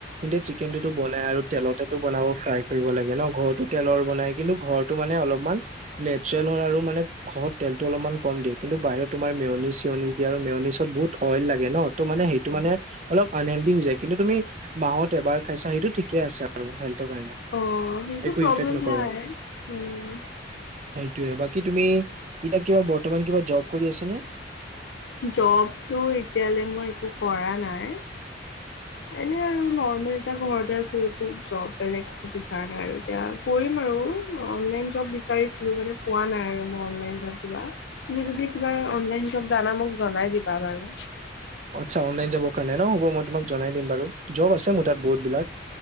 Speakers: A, on the right; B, on the left.
A: এতিয়া চিকেন টোতো বনাই আৰু তেলতেটো বনাব ফ্ৰাই কৰিব লাগে ন ঘৰতো তেলৰ বনাই কিন্তু ঘৰতটো মানে অলপমান নেচাৰেল হয় আৰু মানে ঘৰত তেলটো অলপমান কম দিয়ে কিন্তু বাহিৰত তোমাৰ মেওনি চেউনিজ আৰু মেওনিছত বহুত অইল লাগে ন ত' মানে সেইটো মানে অলপ আনহেল্ডি হৈ যায় কিন্তু তুমি মাহত এবাৰ খাইছা সেইটো ঠিক ঠিকে আছে আৰু হেলথৰ কাৰনে
B: অ' সেইটো
A: একো
B: প্ৰব্লেম
A: ইফেক্ট নকৰে
B: নাই উম।
A: সেইটোয়ে বাকী তুমি এতিয়া কিবা বৰ্তমান কিবা জব কৰি আচা নে
B: জবটো এতিয়ালে মই একো কৰা নাই
A: <inaudible>
B: এনে আৰু নৰ্মেল এতিয়া ঘৰতে আছোঁ। একো জব বেলেগ বিচৰা নাই আৰু এতিয়া কৰিম আৰু অনলাইন জব বিচাৰিছিলো মানে পোৱা নাই আৰু মই অনলাইন জব কিবা। তুমি যদি কিবা অনলাইন জব জানা মোক জনাই দিবা বাৰু।
A: আচ্ছা অনলাইন যাব কাৰণে ন? হ'ব মই তোমাক জনাই দিম বাৰু। জব আছে মোৰ তাত বহুত বিলাক।